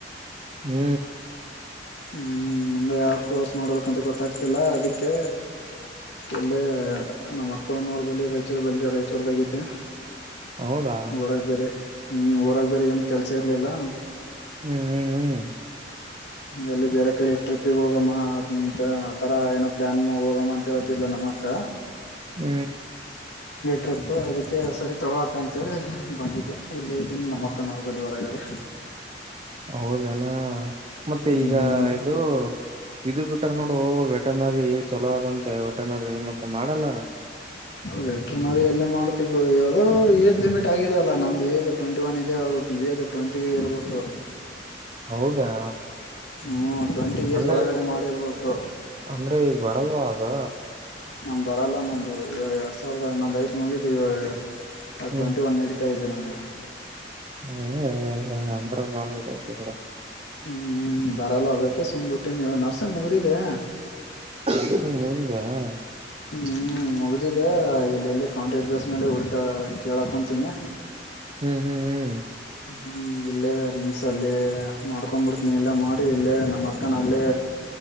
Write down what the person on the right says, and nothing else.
ಹ್ಮ್
ಹೌದಾ
ಹ್ಮ್ ಹ್ಮು ಹ್ಮು.
ಹ್ಮೂ.
ಹೌದೆನಾ? ಮತ್ತೆ
ಈಗಾ ಇದು ಇದು ಬಿಟ್ರ ನೋಡು ವೆಟರ್ನರಿ ಚಲೋ ಅದಂತೆ ವೆಟರ್ನರಿ ಮತ್ <unintelligible> ಮಾಡಲ್ಲ.
ಹೌದಾ?
ಅಂದ್ರೆ
ಅಂದ್ರೆ ಈಗ ಬರಲ್ವಾ ಅದು
ಹ್ಮ್
<unintelligible> ಅಂದ್ರ ಬಾಳ ಇದಾಯ್ತ್ ಬಿಡ
<unintelligible> ಮತ್ತೆ <unintelligible>
ಹ್ಮ್ ಹ್ಮ್ ಹ್